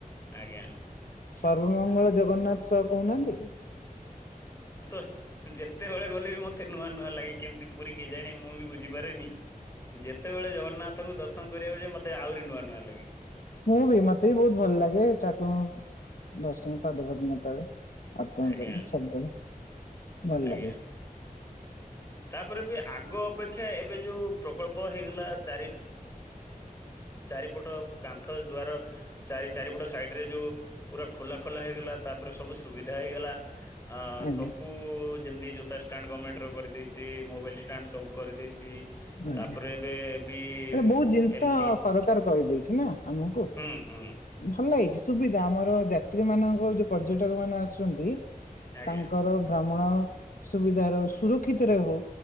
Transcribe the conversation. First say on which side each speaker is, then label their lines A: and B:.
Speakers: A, on the left; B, on the left.
A: ଆଜ୍ଞା।
B: ସର୍ବମଙ୍ଗଳ ଜଗନ୍ନାଥ ସୁଆ କହୁନାହାନ୍ତି କି?
A: <inaudible> ଯେତେବେଳେ ଗଲେ ବି ମତେ ନୂଆ ନୂଆ ଲାଗେ କେମିତି ପୁରୀ କିଏ ଜାଣେ ମୁଁ ବି ବୁଝିପାରେନି। ଯେତେବେଳେ ଜଗନ୍ନାଥଙ୍କୁ ଦର୍ଶନ କରିବାକୁ ଯାଏ, ମତେ ଆହୁରି ନୂଆ ନୂଆ ଲାଗେ।
B: ମୁଁ ବି ମତେ ବି ବହୁତ ଭଲ ଲାଗେ, ଠାକୁରଙ୍କୁ ଦର୍ଶନ ପାଦପଦ୍ମ ତଳେ। ଅର୍ପଣ
A: ଆଜ୍ଞା।
B: କଲେ ସବୁବେଳେ ଭଲ
A: ଆଜ୍ଞା
B: ଲାଗେ।
A: ତାପରେ ବି ଆଗ ଅପେକ୍ଷା ଏବେ ଯୋଉ ପ୍ରକଳ୍ପ ହେଇଗଲା ଚାରି ଚାରିପଟ କାନ୍ଥ ଦୁଆର ଚାରି ଚାରିପଟ ସାଇଡ ରେ ଯୋଉ ପୁରା ଖୋଲା ଖୋଲା ହେଇଗଲା, ତାପରେ ସବୁ ସୁବିଧା ଦେହ ହେଇଗଲା, ଆଁ
B: ଆଜ୍ଞା
A: ସବୁ କୁ ଯେମିତି ଜୋତା ଷ୍ଟାଣ୍ଡ ଗମେଣ୍ଟର କରିଦେଇଛି, ମୋବାଇଲ୍ ଷ୍ଟାଣ୍ଡ ସବୁ କରିଦେଇଛି।
B: ଆଜ୍ଞା।
A: ତାପରେ ଏବେ ବି
B: ଏଟା ବହୁତ ଜିନିଷ
A: ଏମିତି
B: ସରକାର କରିଦେଇଛି ନା ଆମକୁ।
A: ହୁଁ ହୁଁ
B: ଭଲ ହେଇଛି ସୁବିଧା, ଆମର ଯାତ୍ରୀ ମାନଙ୍କର ଯୋଉ ପର୍ଯ୍ୟଟକ ମାନେ ଆସୁଛନ୍ତି।
A: ଆଜ୍ଞା
B: ତାଙ୍କର ଭ୍ରମଣ ସୁବିଧାରେ ହଉ, ସୁରକ୍ଷିତରେ ହଉ